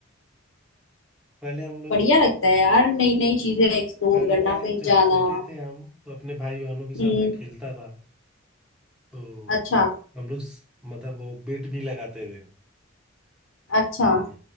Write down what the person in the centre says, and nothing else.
पहले हम लोग
पहले
मैं
जब
छोटे थे हम तो अपने भाई बहनों के
साथ मैं खेलता था तो
हम लोग स- मतलब वो बेट भी लगाते थे
जी